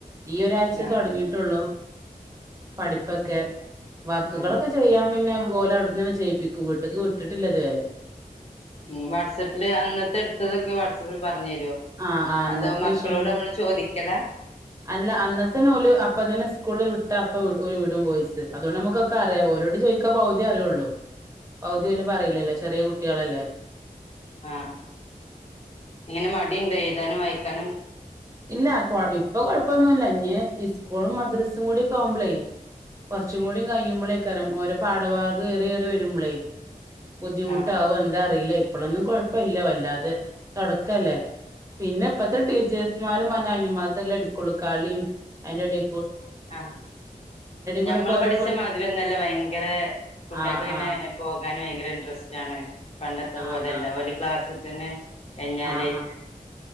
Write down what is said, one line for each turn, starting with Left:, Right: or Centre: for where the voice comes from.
Right: ഈ ഒരാഴ്ച
Left: ആഹ്
Right: തുടങ്ങീട്ടുള്ളൂ
Left: ആഹ്
Right: പഠിപ്പൊക്കെ
Left: ഉം
Right: വർക്കുകളൊക്കെ
Left: ആഹ്
Right: ചെയ്യാൻ പിന്നെ ഓലൗട്ട്ന്നന്നെ ചെയ്പ്പിക്കും വി ക്ക് വിട്ടിട്ടില്ലതുവരെ
Left: ഉം വാട്സപ്പില് അന്നത്തെ എടുത്തതൊക്കെ വാട്സപ്പിൽ പറഞ്ഞു തര്വോ
Right: ആഹ് ആഹ് അന്നത്തെ
Left: അതോ മക്കളോട്
Right: വിഷയം
Left: മ്മള് ചോദിക്കലാ
Right: അല്ല അന്നത്തന്നെ ഓല് അപ്പ തന്നെ സ്കൂളിൽ വിട്ട അപ്പ വ് ഓര് വിടും വോയിസ് അതുകൊണ്ട് നമുക്കക്കറിയാ ഓലോട് ചോയിക്കാ പകുതി അറിയുള്ളൂ പൗദ്യോല് പറീല്ലല്ലോ ചെറ്യേ കുട്ട്യേളല്ലേ
Left: ആ ഇങ്ങനെ മടിണ്ടൊ എഴുതാനും വായിക്കാനും
Right: ഇല്ല കൊ ഇപ്പൊ കൊഴപ്പൊന്നുല്ല ഇഞ് ഇസ്കൂളും മദ്രസും കൂടി ക്കആവുമ്പളേ കുറച്ചും കൂടി കഴിമ്പോളേക്കരം ഓരോ പാഠഭാഗ ഏറിയേറി വരുമ്പളേ ബുദ്ധിമുട്ടാവ
Left: ആഹ്
Right: എന്ത അറീല അപ്പളൊന്നും കൊഴപ്പല്ല വല്ലാതെ തൊടക്കല്ലേ പിന്നെപ്പത്തെ
Left: ഉം
Right: ടീച്ചേഴസ് <unintelligible> അതിനുമ്മാത്രല്ലേ എടുക്കുള്ളൂ കളിം അയ്ന്റെടേല്
Left: ആഹ്
Right: കൂടെ
Left: ഞമ്മള്
Right: ഇപ്പോ ഓരോ
Left: പഠിച്ച
Right: ഫു
Left: മാതിരി ഒന്നല്ല ഭയങ്കര കുട്ട്യേകങ്ങനെ
Right: ആഹ് ആഹ്
Left: പൊ ക്കാന് ഭയങ്കര ഇൻട്രസ്റ്റ് ആണ് പണ്ടത്തെ
Right: ആഹ്
Left: പോലല്ല
Right: ആഹ് ആഹ്
Left: ഒലി ക്ലാസ് പിന്നെ കയ്ഞ്ഞാല്
Right: ആഹ് ആഹ്